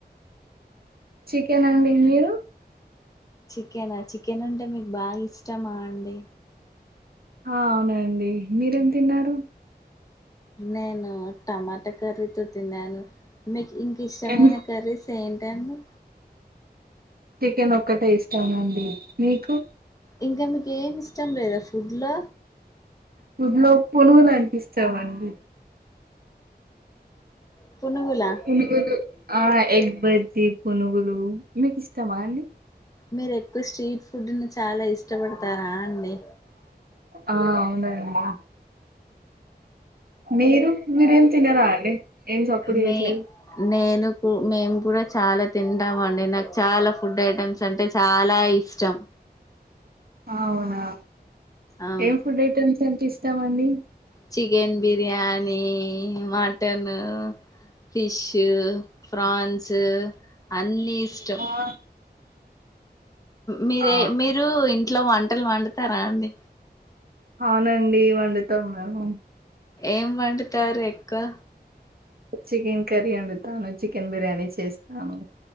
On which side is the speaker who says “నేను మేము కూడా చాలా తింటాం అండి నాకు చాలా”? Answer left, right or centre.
Left